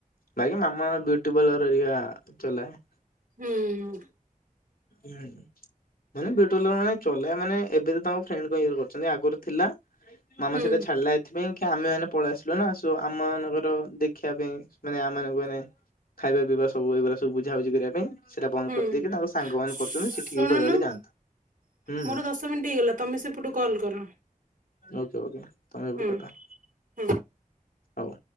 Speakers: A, on the left; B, on the right.
A: ବାଇଗା ମାମା ବ୍ୟୁଟି ପାର୍ଲର ହରିକା ଚଲାଏ।
B: ହୁଁ।
A: ହୁଁ। ମାନେ ବ୍ୟୁଟିପାର୍ଲର ମାନେ ଚ ଥିଲା ମାନେ ଏବେ ତ ତାଙ୍କ ଫ୍ରେଣ୍ଡଙ୍କ ଇଏରୁ କରୁଚନ୍ତି ଆଗୁରୁ ଥିଲା। ମାମା
B: ହୁଁ।
A: ସେଇଟା ଛାଡ଼ିଲା ଏଇଥିପାଇଁ କି ଆମେମାନେ ପଳେଇ ଆସିଲୁ ନାଁ। ସୋ ଆମମାନଙ୍କର ଦେଖିବା ପାଇଁ ମାନେ ଆମମାନାନଙ୍କୁ ମାନେ ଖାଇବା ପିଇବା ସବୁ ଏଇଗୁରା ସବୁ ବୁଝା ବୁଝି କରିବା ପାଇଁ ସେଟା ବନ୍ଦ
B: ହୁଁ
A: କରିଦେଇକି ତାଙ୍କ ସାଙ୍ଗମାନେ
B: ଶୁଣୁନ
A: କରୁଚନ୍ତି ସେଠିକି ବେଳେ ବଳେ ଯାଆନ୍ତି। ହୁଁ
B: ମୋର ଦଶ ମିନିଟ୍ ହେଇଗଲା ତମେ ସେପଟୁ କଲ୍ କର
A: ଓକେ ଓକେ ତମେ ଏପଟୁ
B: ହୁଁ
A: କାଟ।
B: ହୁଁ।
A: ହଉ।